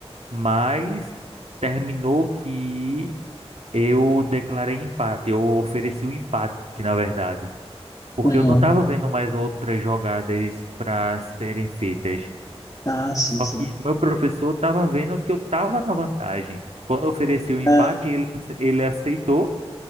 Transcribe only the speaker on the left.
Uhum.
Ah, sim,
sim.
Ah,